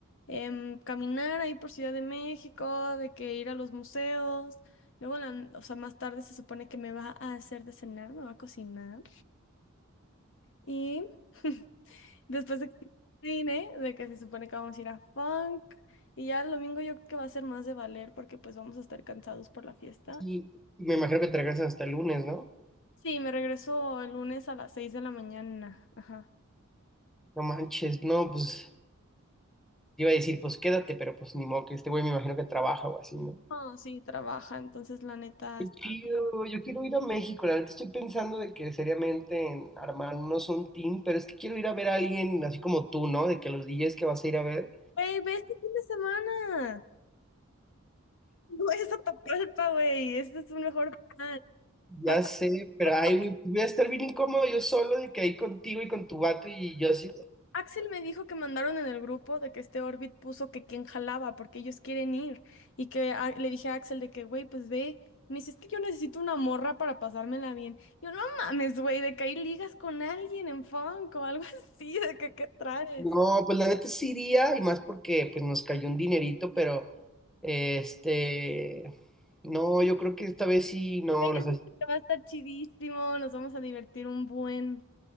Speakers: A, on the left; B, in the centre.
A: em, caminar ahí por Ciudad de México, de que ir a los museos. Luego, en la n- o sea, más tarde se supone que me va a hacer de cenar, me va a cocinar. Y <laughs> después de que cine, de que se supone que vamos a ir a funk. Y ya el domingo yo creo que va a ser más de valer porque pues vamos a estar cansados por la fiesta.
B: Sí, y me imagino que te regresas hasta el lunes, ¿no?
A: Sí, me regreso el lunes a las 6 de la mañana. Ajá.
B: No manches, no, pues, te iba a decir, pues quédate, pero pues ni modo que este güey me imagino que trabaja o así, ¿no?
A: Ah, sí, trabaja, entonces la neta
B: Qué
A: está.
B: chido, yo quiero ir a México, la neta estoy pensando de que seriamente en armarnos un team, pero es que quiero ir a ver a alguien así como tú, ¿no? De que los DJs que vas a ir a ver
A: Wey, ve este fin de semana. <laughs> No es a Tapalpa, güey. Este es un mejor plan.
B: Ya
A: Hasta,
B: sé, pero
A: hasta
B: ay, güey, voy a estar bien incómodo yo solo de que ahí contigo y con tu vato y yo así.
A: Axel me dijo que mandaron en el grupo de que este Orbit puso que quién jalaba porque ellos quieren ir. Y que a- le dije a Axel de que, güey, pues ve. Me dice, es que yo necesito una morra para pasármela bien. Yo, no mames, güey, de que ahí ligas con alguien en funk o algo <laughs> así, de que qué traes.
B: No, pues la neta sí iría y más porque pues nos cayó un dinerito, pero este, no, yo creo que esta vez sí, no, las,
A: Yo siento que va a estar chidísimo, nos vamos a divertir un buen.